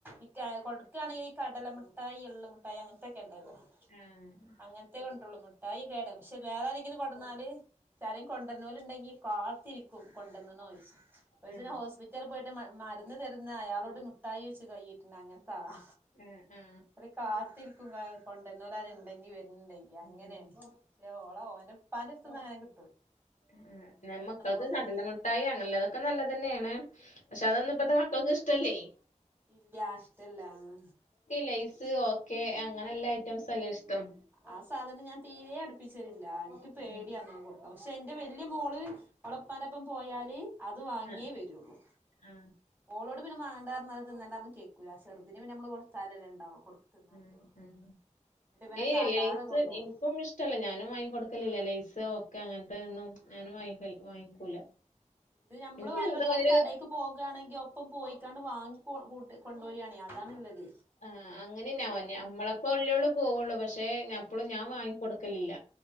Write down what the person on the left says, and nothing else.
ആഹ്
ആ
ഉം ആഹ്
ആ.
ആഹ് ഞാൻമക്കൾക്ക്
കടലമുട്ടായി അങ്ങനെള്ളതൊക്കെനല്ലതെന്നാണ് പക്ഷേ അതൊന്നും ഇപ്പത്ത മക്കൾക്ക് ഇഷ്ട്ടല്ലേയ്
ലൈസ് ഓക്കെ അങ്ങനെല്ല ഐറ്റംസ്സല്ലെ ഇഷ്ട്ടം
ഉം.
ആ
ആ
ഉം
ഉം.
ഏയ്
ലെയ്സ്
എനിക്കും ഇഷ്ടല്ല ഞാനും വാങ്ങികൊട്ക്കലില്ല ലൈസ് ഓക്കെ അങ്ങൻത്തത് ന്നും ഞാനും വാങ്ങി കഴി വാങ്ങിക്കൂല
ഇൻക്ക്‌
<unintelligible>
ആഹ് അങ്ങനെന്നാവല്ലേ ഞമ്മളപ്പല്ലെ ഉള്ളു പോവുള്ളൂ പഷെ ഞപ്പളും ഞാൻ വാങ്ങിക്കൊട്ക്കലില്ല